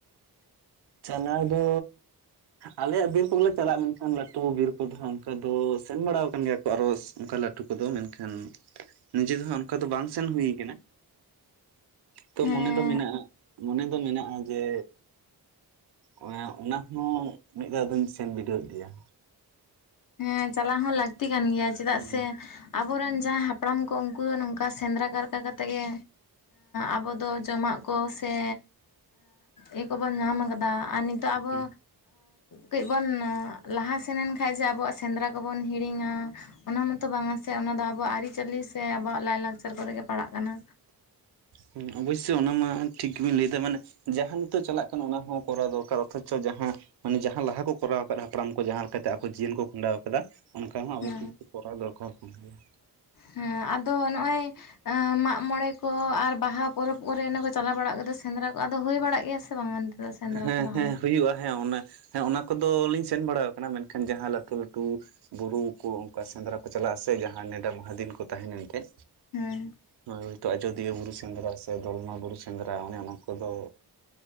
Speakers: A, on the right; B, on the left.
A: ᱪᱟᱞᱟᱣ ᱫᱚ ᱟᱞᱮᱭᱟᱜ ᱵᱤᱨ ᱠᱚ ᱵᱚᱞᱮ ᱪᱟᱞᱟᱜᱼᱟ ᱢᱮᱱᱠᱷᱟᱱ ᱞᱟᱹᱴᱩ ᱵᱤᱨ ᱠᱚ ᱫᱚ ᱦᱟᱸᱜ ᱚᱱᱠᱟ ᱫᱚ ᱥᱮᱱ ᱵᱟᱲᱟ ᱟᱠᱟᱱ ᱜᱮᱭᱟ ᱠᱚ ᱟᱨᱥ ᱚᱱᱠᱟ ᱞᱟᱹᱴᱩ ᱠᱚᱫᱚ ᱢᱮᱱᱠᱷᱟᱱ ᱱᱤᱡᱮ ᱫᱚ ᱦᱟᱸᱜ ᱚᱱᱠᱟ ᱫᱚ ᱵᱟᱝ ᱥᱮᱱ ᱦᱩᱭ ᱠᱟᱱᱟ᱾ ᱛᱚ
B: ᱦᱮᱸ
A: ᱢᱚᱱᱮ ᱫᱚ ᱢᱮᱱᱟᱜᱼᱟ ᱢᱚᱱᱮ ᱫᱚ ᱢᱮᱱᱟᱜᱼᱟ ᱡᱮ ᱢᱟᱱᱮ ᱚᱱᱟᱜ ᱦᱚᱸ ᱢᱤᱫ ᱫᱷᱟᱣ ᱫᱚᱧ ᱥᱮᱱ ᱵᱤᱰᱟᱹᱣ ᱤᱫᱤᱭᱟ᱾
B: ᱦᱮᱸ ᱪᱟᱞᱟᱜ ᱦᱚᱸ ᱞᱟᱹᱠᱛᱤ ᱠᱟᱱ ᱜᱮᱭᱟ ᱪᱮᱫᱟᱜ
A: ᱦᱩᱸ
B: ᱥᱮ ᱟᱵᱚᱨᱮᱱ ᱡᱟᱦᱟᱸᱭ ᱦᱟᱯᱲᱟᱢ ᱠᱚ ᱩᱱᱠᱩ ᱫᱚ ᱱᱚᱝᱠᱟ ᱥᱮᱸᱫᱽᱨᱟ ᱠᱟᱨᱠᱟ ᱠᱟᱛᱮ ᱜᱮ ᱟᱵᱚ ᱫᱚ ᱡᱚᱢᱟᱜ ᱠᱚ ᱥᱮ ᱤᱭᱟᱹ ᱠᱚᱵᱚᱱ ᱧᱟᱢ ᱟᱠᱟᱫᱟ ᱟᱨ ᱱᱤᱛ ᱟᱵᱚ
A: ᱦᱩᱸ
B: ᱠᱟᱹᱡ ᱵᱚᱱ ᱞᱟᱦᱟ ᱥᱮᱱᱮᱱ ᱠᱷᱟᱡ ᱡᱮ ᱟᱵᱚᱣᱟᱜ ᱥᱮᱸᱫᱽᱨᱟ ᱠᱚᱵᱚᱱ ᱦᱤᱲᱤᱧᱟ ᱚᱱᱟ ᱢᱚᱛᱚ ᱵᱟᱝ ᱥᱮ ᱚᱱᱟ ᱫᱚ ᱟᱵᱚᱣᱟᱜ ᱟᱹᱨᱤ-ᱪᱟᱹᱞᱤ ᱥᱮ ᱟᱵᱚᱣᱟᱜ ᱞᱟᱭ ᱞᱟᱠᱪᱟᱨ ᱠᱚᱨᱮ ᱜᱮ ᱯᱟᱲᱟᱜ ᱠᱟᱱᱟ
A: ᱦᱚᱸ ᱚᱵᱚᱥᱳᱭ ᱚᱱᱟ ᱢᱟ ᱴᱷᱤᱠ ᱜᱮᱵᱤᱱ ᱞᱟᱹᱭᱮᱫᱟ ᱢᱟᱱᱮ ᱡᱟᱦᱟᱸ ᱱᱤᱛᱚᱜ ᱪᱟᱞᱟᱜ ᱠᱟᱱᱟ ᱚᱱᱟ ᱦᱚᱸ ᱠᱚᱨᱟᱣ ᱫᱚᱨᱠᱟᱨ ᱚᱛᱷᱚᱪᱚ ᱡᱟᱦᱟᱸ ᱢᱟᱱᱮ ᱡᱟᱦᱟᱸ ᱞᱟᱦᱟ ᱠᱚ ᱠᱚᱨᱟᱣ ᱟᱠᱟᱫᱼᱟ ᱦᱟᱯᱲᱟᱢ ᱠᱚ ᱡᱟᱦᱟᱸ ᱞᱮᱠᱟᱛᱮ ᱟᱠᱚ ᱡᱤᱭᱚᱱ ᱠᱚ ᱠᱷᱟᱸᱰᱟᱣ ᱚᱱᱠᱟ ᱦᱚᱸ ᱟᱵᱚ
B: ᱦᱮᱸ
A: ᱠᱤᱱᱛᱩ ᱠᱚᱨᱟᱣ ᱫᱚᱨᱠᱟᱨ ᱠᱟᱱ ᱜᱮᱭᱟ᱾
B: ᱦᱮᱸ ᱟᱫᱚ ᱱᱚᱜᱼᱚᱭ ᱟᱸ ᱢᱟᱜ ᱢᱚᱬᱮ ᱠᱚ ᱟᱨ ᱵᱟᱦᱟ ᱯᱚᱨᱚᱵᱽ ᱠᱚᱨᱮ ᱤᱱᱟᱹ ᱠᱚ ᱪᱟᱞᱟᱣ ᱵᱟᱲᱟᱜ ᱠᱚᱫᱚ ᱥᱮᱸᱫᱽᱨᱟ ᱠᱚ᱾ ᱟᱫᱚ ᱦᱩᱭ ᱵᱟᱲᱟᱜ ᱜᱮᱭᱟ ᱥᱮ ᱵᱟᱝ ᱚᱱᱛᱮ? ᱫᱚ ᱥᱮᱸᱫᱽᱨᱟ
A: ᱦᱮᱸ
B: ᱠᱚ ᱛᱟᱦᱚᱞᱮ
A: ᱦᱮᱸ ᱦᱩᱭᱩᱜᱼᱟ ᱦᱮᱸ ᱚᱱᱟ ᱦᱮᱸ ᱚᱱᱟ ᱠᱚᱫᱚᱞᱤᱧ ᱥᱮᱱ ᱵᱟᱲᱟ ᱠᱟᱱᱟ ᱢᱮᱱᱠᱷᱟᱱ ᱡᱟᱦᱟᱸ ᱞᱟᱹᱴᱩ ᱞᱟᱹᱴᱩ ᱵᱩᱨᱩ ᱠᱚ ᱚᱱᱠᱟ ᱥᱮᱸᱫᱽᱨᱟ ᱠᱚ ᱪᱟᱞᱟᱜᱼᱟᱥᱮ ᱡᱟᱦᱟᱸ ᱱᱮᱰᱟ ᱢᱟᱦᱟ ᱫᱤᱱ ᱠᱚ ᱛᱟᱦᱮ ᱮᱱᱛᱮᱫ᱾
B: ᱦᱩᱸ
A: ᱦᱳᱭ ᱦᱳᱭᱛᱳ ᱟᱡᱚᱫᱤᱭᱟᱹ ᱵᱩᱨᱩ ᱥᱮᱸᱫᱽᱨᱟ ᱥᱮ ᱫᱚᱞᱢᱟ ᱵᱩᱨᱩ ᱥᱮᱸᱫᱽᱨᱟ ᱚᱱᱮ ᱚᱱᱟ ᱠᱚᱫᱚ᱾